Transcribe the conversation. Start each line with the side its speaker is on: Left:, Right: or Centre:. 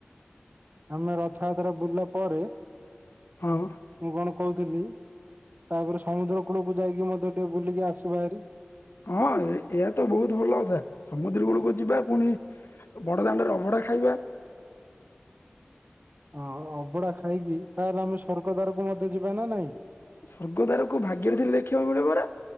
Right: ଆମେ ରଥଯାତ୍ରା ବୁଲିଲା ପରେ
Left: ହଁ।
Right: ମୁଁ କଣ କହୁଥିଲି ତାପରେ ସମୁଦ୍ର କୂଳକୁ ଯାଇକି ମତେ ଟିକେ ବୁଲିକି ଆସିବାହାରି
Left: ହଁ ଏହା ତ ବହୁତ ଭଲ କଥା। ସମୁଦ୍ର କୂଳକୁ ଯିବା ପୁଣି ବଡ ଦାଣ୍ଡରେ ଅଭଡା ଖାଇବା
Right: ହଁ ଅବଡା ଖାଇକି ତାହେଲେ ଆମେ ସର୍ଗଦାରକୁ ମଧ୍ୟ ଯିବା ନା ନାଇଁ।
Left: ସ୍ଵର୍ଗଦ୍ୱାରକୁ ଭାଗ୍ୟରେ ଥିଲେ ଦେଖିବାକୁ ମିଳେ ପରା।